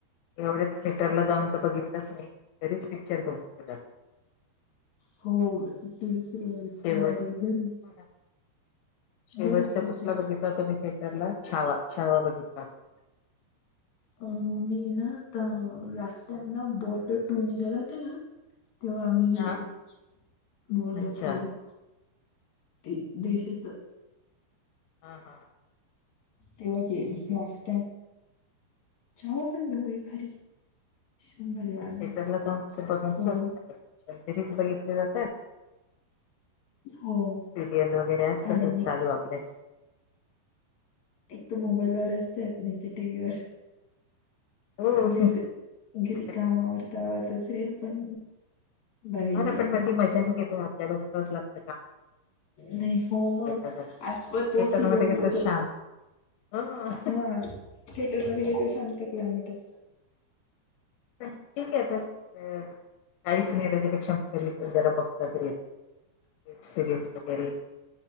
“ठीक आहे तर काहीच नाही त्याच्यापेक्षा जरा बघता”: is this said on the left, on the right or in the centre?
Left